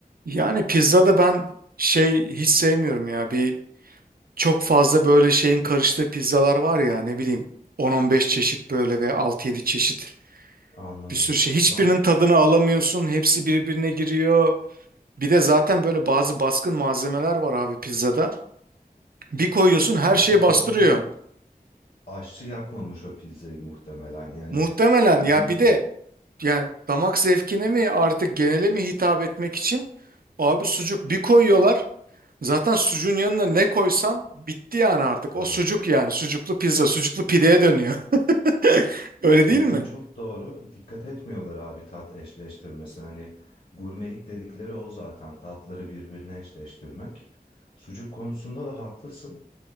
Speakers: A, on the right (about 70°); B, on the left (about 60°).
A: Yani pizzada ben şey hiç sevmiyorum ya. Bir çok fazla böyle şeyin karıştığı pizzalar var ya ne bileyim 10-15 çeşit böyle ve altı yedi çeşit
B: Anladım.
A: bir sürü şey. Hiçbirinin
B: Ben
A: tadını alamıyorsun. Hepsi birbirine giriyor. Bir de zaten böyle bazı baskın malzemeler var abi pizzada. Bir koyuyorsun her
B: abi
A: şeyi
B: o,
A: bastırıyor.
B: o zaman aşçı yapmamış o pizzayı muhtemelen yani
A: Muhtemelen
B: dediğin
A: ya
B: gibi.
A: bir de yani damak zevkine mi artık genele mi hitap etmek için abi sucuk bir koyuyorlar. Zaten sucuğun yanına ne koysan bitti yani artık.
B: Tabii.
A: O sucuk yani. Sucuklu pizza, sucuklu pideye dönüyor. <laughs> Öyle değil
B: Dediğin
A: mi?
B: çok doğru. Dikkat etmiyorlar abi tat eşleştirmesine. Hani gurmelik dedikleri o zaten tatları birbirine eşleştirmek. Sucuk konusunda da haklısın.